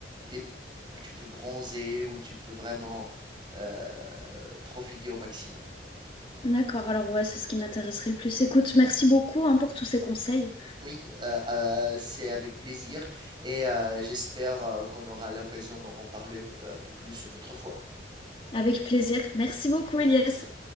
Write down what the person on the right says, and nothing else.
des- où tu peux bronzer, où tu peux vraiment euh, profiter au maximum.
Oui, euh, euh, c'est avec plaisir et euh, j'espère euh, qu'on aura l'occasion d'en reparler p- un peu plus une autre fois.
Merci.